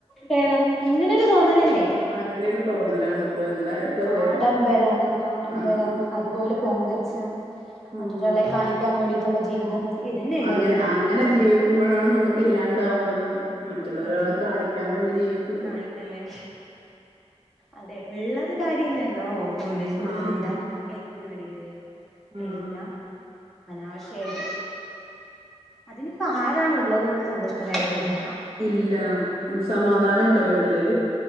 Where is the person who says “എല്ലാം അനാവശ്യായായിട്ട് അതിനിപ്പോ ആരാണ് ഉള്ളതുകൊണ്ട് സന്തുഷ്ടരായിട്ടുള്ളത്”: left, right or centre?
Centre